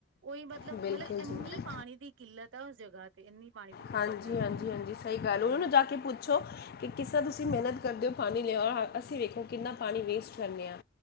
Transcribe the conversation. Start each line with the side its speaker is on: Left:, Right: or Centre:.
Right: ਔਈ ਮਤਲਬ,
Left: ਉਹ ਬਿਲਕੁਲ
Right: ਮਤਲਬ ਏਨੀ
Left: ਜੀ
Right: ਪਾਣੀ ਦੀ ਕਿੱਲਤ ਆ ਉਸ ਜਗ੍ਹਾ ਤੇ, ਏਨੀ ਪਾਣੀ ਦੀ ਕਿੱਲਤ
Left: ਤੇ ਹਾਂਜੀ
Right: ਐ ਦੇਖੋ।
Left: ਹਾਂਜੀ, ਹਾਂਜੀ ਸਹੀ ਗੱਲ,
Right: ਉਹੀ
Left: ਓ ਨੂੰ
Right: ਨਾ
Left: ਜਾ ਕੇ ਪੁੱਛੋ ਕਿਸ ਤਰ੍ਹਾਂ ਤੁਸੀਂ ਮਿਹਨਤ ਕਰਦੇ ਓ ਪਾਣੀ ਲੈ ਆਓ ਅਸੀਂ ਵੇਖੋ ਕਿੰਨਾ ਪਾਣੀ ਵੇਸਟ ਕਰਨੇ ਆ।